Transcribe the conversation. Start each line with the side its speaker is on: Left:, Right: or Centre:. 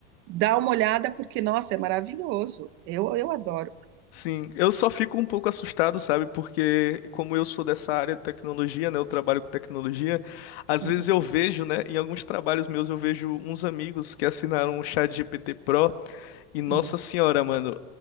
Right: dá uma olhada, porque, nossa, é maravilhoso. Eu, eu adoro.
Left: Sim, eu só fico um pouco assustado, sabe? Porque como eu sou dessa área de tecnologia, né, eu trabalho com tecnologia, às
Right: Uhum,
Left: vezes eu vejo, né, em alguns trabalhos meus eu vejo uns amigos que assinaram o ChatGPT Pro e nossa
Right: uhum.
Left: senhora, mano,